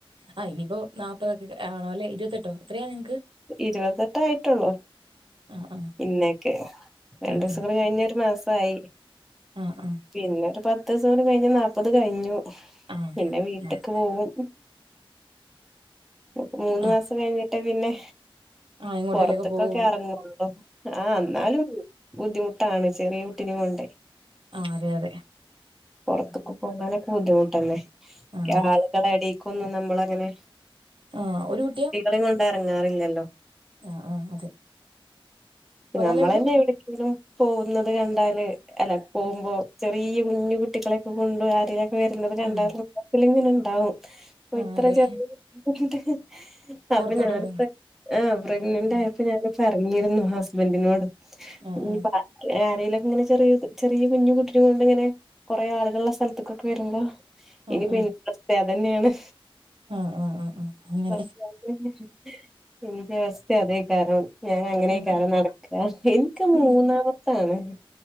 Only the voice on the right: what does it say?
ആഹ് ഇനിയിപ്പോ നാല്പ്പതൊക്കെ ആണോ അല്ലെ ഇരുപത്തെട്ടോ എത്രയാ നിങ്ങക്ക്
ആഹ് ആഹ്
ആഹ് ആഹ്
ആഹ് ആഹ്
ആഹ്
ആഹ്
ആഹ്
ആഹ് എങ്ങോട്ടേലൊക്കെ
പോവുള്ളൂ
ആഹ് അതെ അതെ
ആഹ്
അതെ
ആഹ് ഒരു കുട്ടിയാ
ആഹ് ആഹ് അതെ
ഒരാളെ
ഉള്ളൂ
ഉം
ആഹ്
ആഹ്
അതെ
പുറത്തോട്ട്
വരുന്നു
ഉം
ആഹ്
ആഹ്
ആഹ്
ആഹ്
ആഹ് ആഹ് ആഹ് ആഹ് അങ്ങനെ
ഉം
ഉം